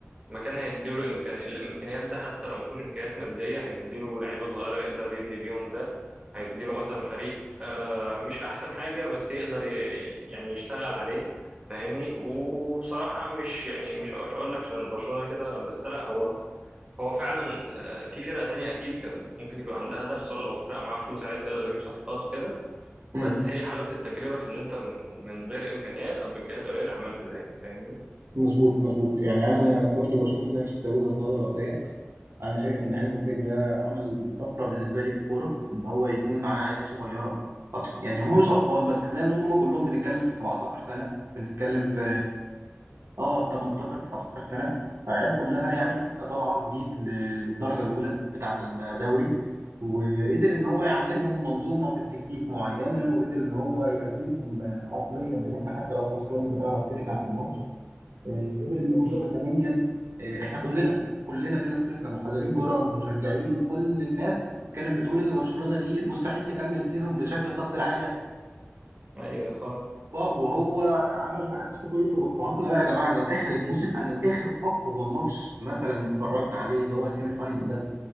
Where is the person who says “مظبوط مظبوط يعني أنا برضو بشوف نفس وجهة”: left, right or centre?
Right